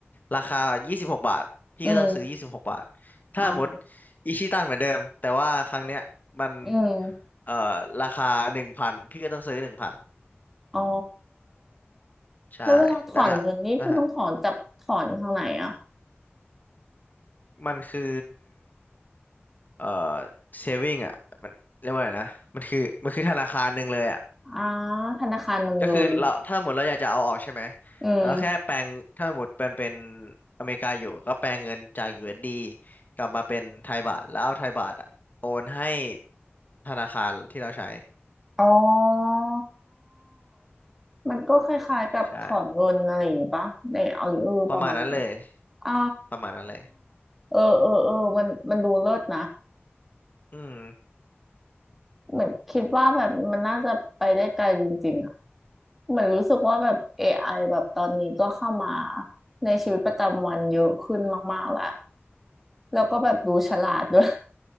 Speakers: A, on the left; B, in the centre.
A: ราคายี่สิบหกบาทพี่ก็ต้องซื้อยี่สิบหกบาท
B: อืม
A: ถ้าหมด
B: อ่าฮะ
A: อิชิตันเหมือนเดิมแต่ว่าครั้งเนี้ยมัน
B: อืม
A: เอ่อราคาหนึ่งพันพี่ก็ต้องซื้อหนึ่งพัน
B: อ๋อ
A: ใช่แต่ถ้านะฮะ
B: แล้วเวลาถอนเงินนี่คุณต้องถอนจากถอนทางไหนอ่ะ
A: มันคือเอ่อ saving อ่ะมันเรียกว่าอะไรนะมันคือมันคือธนาคารหนึ่งเลยอ่ะ
B: อ่าธนาคารหนึ่งเลย
A: ก็คือเราถ้าหมดเราอยากจะเอาออกใช่ไหม
B: อืม
A: แล้วแค่แปลงถ้าหมดเป็นเป็นอเมริกาอยู่ก็แปลงเงินจาก USD กลับมาเป็นไทยบาทแล้วเอาไทยบาทอะโอนให้ธนาคารที่เราใช้
B: อ๋อมันก็คล้ายๆกับถอนเงินอะไรอย่างงี้ปะในเอาหรือเออประมาณนี้ไหม
A: ใช่ประมาณนั้นเลย
B: อ๋อ
A: ประมาณนั้นเลย
B: เออเออเออมันมันดูเลิศนะ
A: อืม
B: เหมือนคิดว่าแบบมันน่าจะไปได้ไกลจริงๆอ่ะเหมือนรู้สึกว่าแบบ AI แบบตอนนี้ก็เข้ามาในชีวิตประจำวันเยอะขึ้นมากๆและแล้วก็แบบดูฉลาดด้วย